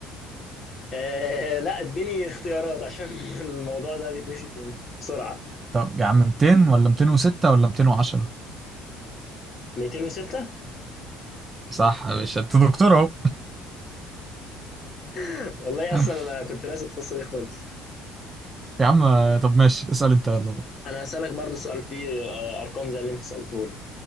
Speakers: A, on the left; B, on the right.
A: آه، لا اديني اختيارات عشان <laughs> الموضوع ده بيتنسي بسرعة
B: طب يا عم 200 ولا 206 ولا 210
A: 206
B: صح يا باشا انت دكتور اهو
A: <laughs> والله
B: <laughs>
A: اصلا انا كنت ناسي القصه دي خالص
B: يا عم طب ماشي اسأل انت يلا بقى.
A: انا هسالك برضو سؤال فيه آه، ارقام زي اللي انت سالته لي